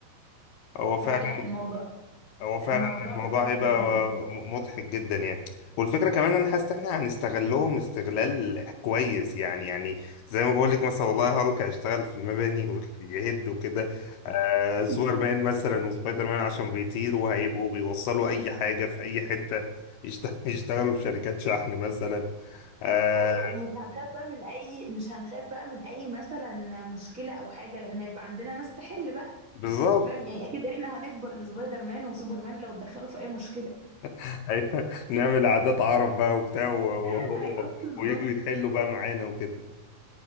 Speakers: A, on the left; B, on the right.
A: هو
B: فلا
A: فعلا
B: الموضوع
A: هو فعلا
B: الموضوع
A: الموضوع
B: بجد
A: هيبقى
B: لذيذ
A: م- مضحك جدا يعني والفكره كمان انا حاسس ان احنا هنستغلهم استغلال كويس يعني يعني زي ما بقول لك مثلا والله هالك هيشتغل في المباني ويهد وكده آه سوبر
B: <laughs>
A: مان مثلا وسبايدر مان عشان بيطيروا هيبقوا بيوصلوا اي حاجه في اي حته يشت- <laughs> يشتغلوا في شركات شحن مثلا آه
B: ايوه ومش هنخاف بقى من اي مش هنخاف بقى من اي مثلا مشكله او حاجه لان هيبقى عندنا ناس تحل بقى
A: بالظبط
B: فاهم يعني اكيد احنا هنكبر لسبايدر مان وسوبرمان لو اتدخلوا في اي مشكله
A: <laughs> أيوة. نعمل عادات عرب بقى وبتاع و-
B: <laughs>
A: و-
B: ايوه
A: و-
B: بالظبط
A: ويجوا يحلوا بقى معانا وكده